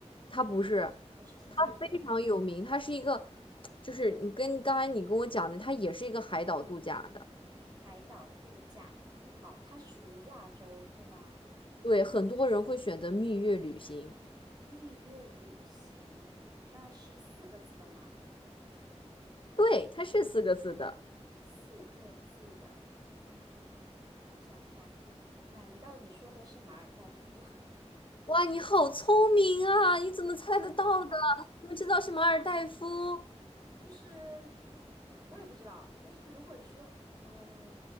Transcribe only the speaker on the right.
不是新加坡，
海岛度假。好，它是属于亚洲，对吗？
蜜月旅行，那是四个字的吗？
四个字的啊、我想一下，难道你说的是马尔代夫？<laughs>
就是 <laughs> 我也不知道，但是如果你说呃，